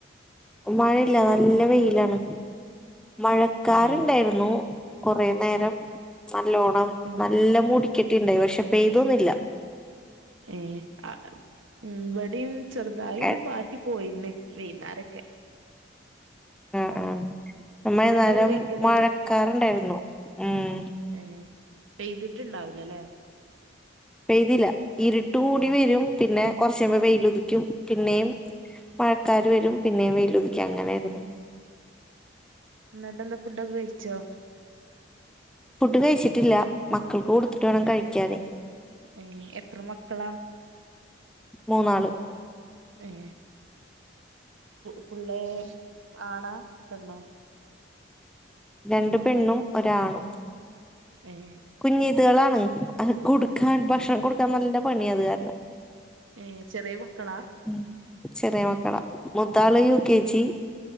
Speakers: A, in the centre; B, on the right (about 90°).
A: മഴയില്ല നല്ല വെയിലാണ്, മഴക്കാർ
B: ഏ
A: ഇണ്ടായിരുന്നു. കുറെ നേരം നല്ലോണ്ണം
B: ഉം
A: നല്ല
B: ഉം
A: മുടിക്കട്ടിണ്ടായി, പക്ഷെ പെയ്തൊന്നില്ല.
B: ഏഹ് ആഹ് ഇവിടെയും ചെറുതായി ഒന്ന്
A: ഏഹ്
B: പറി. പോയില്ലേ വൈകുന്നാരൊക്കെ.
A: ഉം ഉം നമ്മള് ഈ
B: ഫുഡൊക്കെ
A: നേരം
B: കഴിക്കല്
A: മഴക്കാറുണ്ടായിരുന്നു ഉം.
B: ഉം പെയ്തിട്ടുണ്ടാവില്ലല്ലേ.
A: പെയ്തില്ല ഇരുട്ട് കൂടി
B: ഉം
A: വരും പിന്നെ. കൊറച്ച് കഴിയുമ്പോ വെയില് ഉദിക്കും, പിന്നെയും മഴക്കാര് വരും പിന്നെയും വെയില് ഉദിക്കും അങ്ങനെയാണ്.
B: ഉം എന്നിട്ട് എന്താ ഫുഡ് ഒക്കെ കഴിച്ചോ?
A: ഫുഡ് കഴിച്ചിട്ടില്ല, മക്കൾക്ക് കൊടുത്തിട്ട് വേണം കഴിക്കാന്.
B: ഏഹ് എത്ര മക്കളാ?
A: മൂന്നാള്.
B: ഏഹ് ഫുള്ളാ ആണാ പെണ്ണോ?
A: രണ്ടു പെണ്ണും ഒരാണും.
B: ഏഹ്
A: കുഞ്ഞിതളാണ് അത് കൊടുക്കാൻ ഭക്ഷണം കൊടുക്കാൻ നല്ല പണി അത് കാരണം.
B: ഏഹ് ചെറിയ മക്കളാ?
A: ഉം ചെറിയ മക്കളാ മുത്താള് യു കെ ജി.